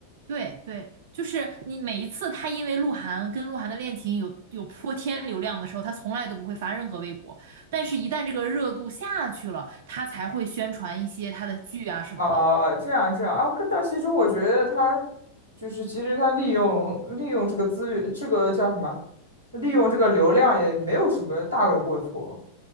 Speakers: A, on the right (about 55°); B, on the right (about 75°).
A: 对对，就是你每一次他因为鹿晗跟鹿晗的恋情有有泼天流量的时候，他从来都不会发任何微博，但是一旦这个热度下去了，他才会宣传一些他的剧啊什么的。
B: 啊，这样这样啊，可但其实我觉得他就是其实他利用利用这个资源，这个叫什么？利用这个流量也没有什么大的过错。